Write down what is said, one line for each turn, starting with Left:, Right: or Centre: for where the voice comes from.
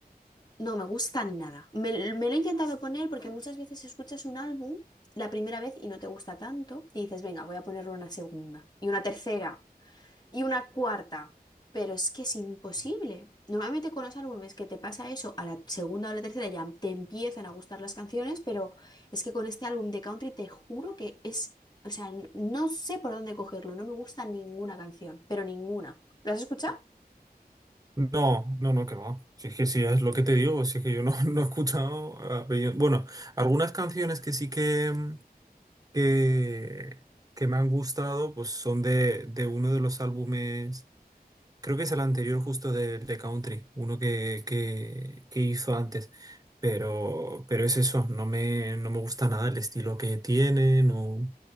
Left: no me gusta nada. Me, me lo he intentado poner porque muchas veces escuchas un álbum la primera vez y no te gusta tanto y dices, venga, voy a ponerlo una segunda y una tercera. Y una cuarta. Pero es que es imposible. Normalmente con los álbumes que te pasa eso, a la segunda o la tercera ya te empiezan a gustar las canciones, pero es que con este álbum de country te juro que es, o sea, n- no sé por dónde cogerlo, no me gusta ninguna canción, pero ninguna. ¿Lo has escuchado?
Right: No, no, no, que va. Si es que sí, es lo que te digo, si es que yo no, <laughs> no he escuchado... a Beyoncé. Bueno, algunas canciones que sí que, mm, que, que me han gustado, pues son de, de uno de los álbumes Creo que es el anterior justo de, de Country, uno que, que, que hizo antes. Pero, pero es eso, no me, no me gusta nada el estilo que tiene, no...